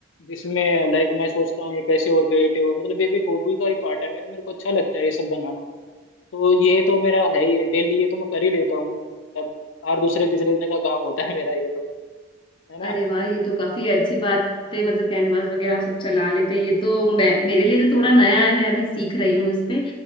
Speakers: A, on the left; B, on the left.
A: जिसमें लाइक मैं सोचता हूँ ये कैसे और क्रिएटिव हो मतलब ये भी एक हॉबी का ही पार्ट है मेरा मेरे को अच्छा लगता है ये सब बनाना तो ये तो मेरा है ही डेली ये तो मैं कर ही लेता हूँ अब हर दूसरे तीसरे दिन का काम होता है मेरा ये तो है
B: अरे
A: ना
B: वाह ये तो काफी अच्छी बात है मतलब कैनवास वगैरह आप सब चला लेते हैं ये तो मैं मेरे लिए तो थोड़ा नया है मैं अभी सीख रही हूँ इस पे